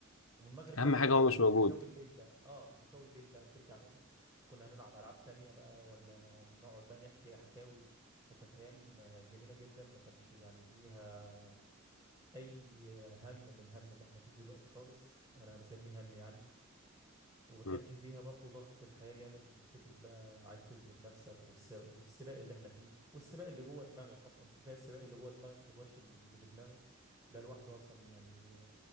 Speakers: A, on the right; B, on the left.
A: ومن المغرب
B: أهم
A: بقى حكاو
B: حاجة هو مش موجود
A: حكاوي الليل بقى اه حكاوي الليل بقى ترجع بقى بس كنا هنلعب ألعاب تانية بقى ولا نقعد بقى نحكي حكاوي فكانت أيام آه، جميلة جدا ما كانش يعني فيها أي هم من الهم اللي احنا فيه دلوقتي خالص أنا بسميه هم يعني وما كانش
B: مم.
A: فيها برضه ضغط الحياة جامد فكرة بقى عايز تثبت نفسك والسباق, والسباق اللي احنا فيه والسباق اللي جوه دماغك أصلا كفاية السباق اللي جوه دماغك والوش اللي في دماغك ده لوحده أصلا يعني